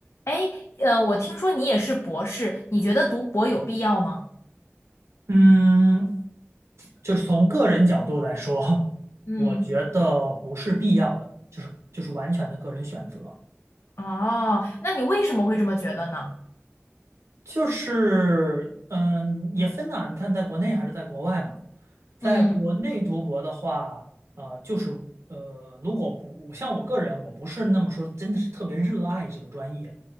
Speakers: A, on the left (about 75°); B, on the right (about 75°).
A: 哎，呃，我听说你也是博士，你觉得读博有必要吗？
B: 嗯，就是从个人角度来说，
A: 嗯，
B: 我觉得不是必要的，就是就是完全的个人选择。
A: 哦，那你为什么会这么觉得呢？
B: 就是嗯，也分呐、你看在国内还是在国外嘛。在国内读博的话，
A: 嗯
B: 呃，就是呃，如果不像我个人，我不是那么说，真的是特别热爱这个专业。